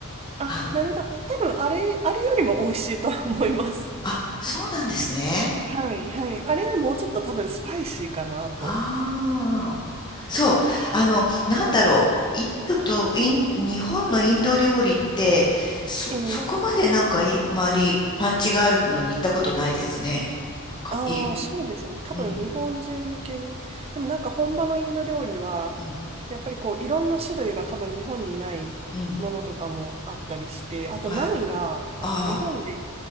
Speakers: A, on the right; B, on the left.
A: あ、
B: あ
A: なるほど。多分あれ、あれよりも美味しいと思います。
B: あ、あそうなんですね。
A: はい、はい。あれよりもうちょっと多分スパイシーかなと。
B: ああ、そう。あの、なんだろう。インドとイン、日本のインド料理って、そ、
A: ええ
B: そこまでなんかい、周り、パンチがあるのに行ったことないですね。なんか、
A: ああ、
B: いい、
A: そうですね。多分日本人向けに。
B: うん、
A: でもなんか本場のインド料理は、
B: うん、
A: やっぱりこういろんな種類が多分日本にないものとかもあったりして、
B: うん、
A: あとナンが、
B: はい。
A: あの日本で
B: あ